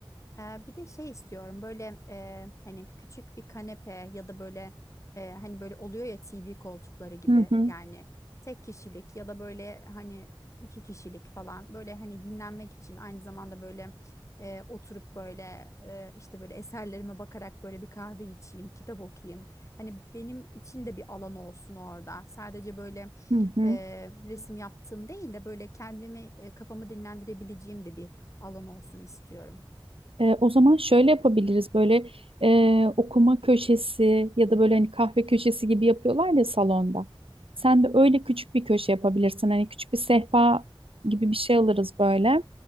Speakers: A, on the left; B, on the right.
A: Ee, bir de şey istiyorum böyle e, hani küçük bir kanepe ya da böyle e, hani böyle oluyor ya TV koltukları gibi
B: Hı hı
A: yani tek kişilik ya da böyle hani iki kişilik falan böyle hani dinlenmek için aynı zamanda böyle e, oturup böyle e, işte böyle eserlerime bakarak böyle bir kahve içeyim, kitap okuyayım. Hani benim için de bir alan olsun orada. Sadece böyle
B: hı hı.
A: e, resim yaptığım değil de böyle kendimi e, kafamı dinlendirebileceğim de bir alan olsun istiyorum.
B: Ee, o zaman şöyle yapabiliriz böyle e, okuma köşesi ya da böyle hani kahve köşesi gibi yapıyorlar ya salonda. Sen de öyle küçük bir köşe yapabilirsin. Hani küçük bir sehpa gibi bir şey alırız böyle.